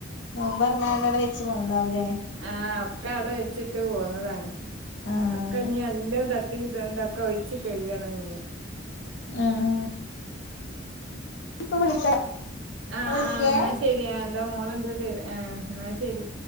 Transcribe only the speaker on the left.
ആ എറണാകളം അടെ വെച്ച് പോണുന്നുണ്ടാവൂലേ
ആഹ്
ഉം പ്പ വിളിക്ക
ഇപ്പ വിളിക്കേ